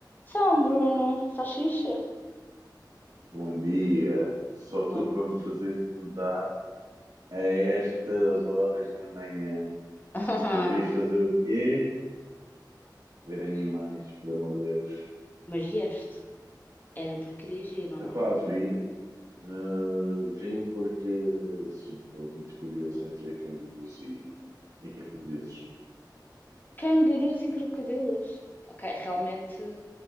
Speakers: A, on the left; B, on the right.
A: Então, Bruno, estás fixe?
B: Bom dia. Só tu
A: Bom
B: para me
A: dia.
B: fazer levantar a estas horas da manhã.
A: <laughs>
B: Para vir fazer o quê? Ver animais, por amor de Deus.
A: Mas este era por querer giro ou
B: Epá,
A: não?
B: vim. ah, vim porque, sim, estou muito curioso em ver cangurus e, e crocodilos.
A: Cangurus e crocodilos. Ok, realmente